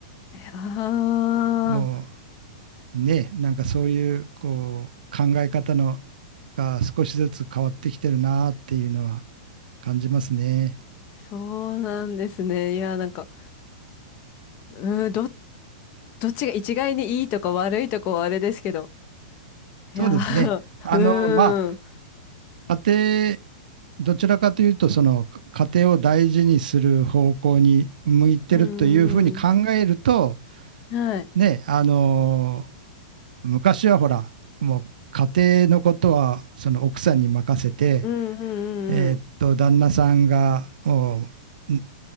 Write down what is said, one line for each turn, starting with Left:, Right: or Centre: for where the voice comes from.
Left: ああ、
Right: もうね、なんかそういうこう考え方のが少しずつ変わってきてるなっていうのは感じますね。
Left: そうなんですね。いや、なんか、うん、ど、どっちが一概にいいとか悪いとかはあれですけど。いや、
Right: そうですね。
Left: <laughs>
Right: あの、
Left: うん、
Right: まあ、家庭、どちらかというと、その家庭を大事にする方向に向いてるというふうに考えると、
Left: うん、うん、はい。
Right: ね、あの、昔はほら、もう家庭のことはその奥さんに任せて、
Left: うん、う
Right: えーっと、
Left: ん、うん、
Right: 旦那さんがもう